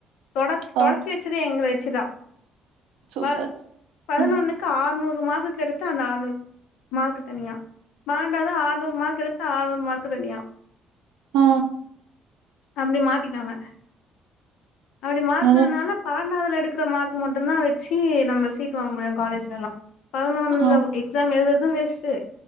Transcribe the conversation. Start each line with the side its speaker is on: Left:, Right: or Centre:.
Left: தொடக் தொடக்கி
Right: ஆ
Left: வச்சதே எங்கள வச்சுதா
Right: சூப்பர்
Left: ப பதினொன்னுக்கு
Right: ம்
Left: ஆற்நூறு மார்க்கு எடுத்தே அந்த ஆற்நூறு மார்க்கு தனியா பன்னெண்டாவது ஆற்நூறு மார்க் எடுத்தா ஆற்நூறு மார்க்கு தனியா
Right: ஆ
Left: அப்டி மாத்திட்டாங்க அப்டி
Right: அதனால
Left: மாத்னதுனால பன்னெண்டாவதுல எடுக்குற மார்க் மட்டுந்தா வச்சு நம்ம சீட் வாங்க முடியு காலேஜ்லெல்லா பதுனொன்ல
Right: ஆ
Left: எக்ஸாம் எழுதுறது வேஸ்ட்டு